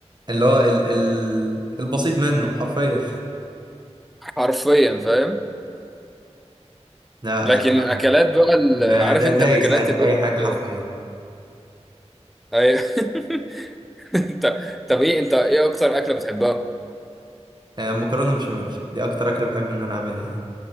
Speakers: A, on the right; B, in the centre.
A: اللي هو ال ال البسيط منه حرفيا
B: حرفيا فاهم
A: <laughs> لا
B: لكن
A: يا اسطى
B: الاكلات بقى ال-
A: انا
B: عارف
A: دا
B: انت
A: دايس
B: الاكلات
A: عادي
B: اللي
A: في اي
B: هي
A: حاجه حرفيا
B: بت- أي- <laughs> انت طب ايه انت ايه اكتر اكله بتحبها
A: آه مكرونه بشاميل دي اكتر اكله بحب ان انا اعملها يعني